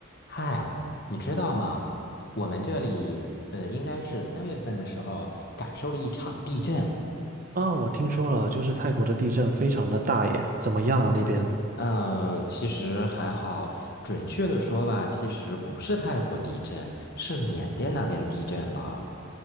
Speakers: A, on the left; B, on the right.
A: 嗨，你知道吗？我们这里，呃，应该是三月份的时候感受了一场地震。
B: 啊，我听说了，就是泰国的地震非常的大耶，怎么样啊那边？
A: 嗯、其实还好，准确的说吧，其实不是泰国地震，是缅甸那边地震了。